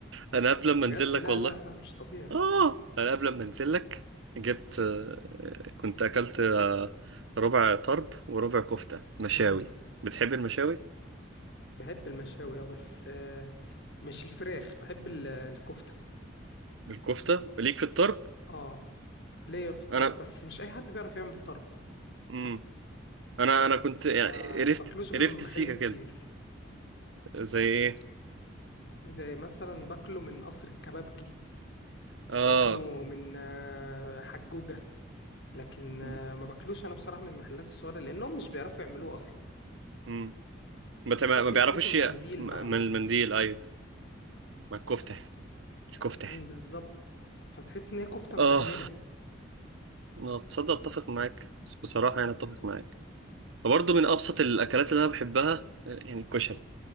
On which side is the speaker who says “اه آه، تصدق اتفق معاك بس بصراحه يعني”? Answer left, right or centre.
Right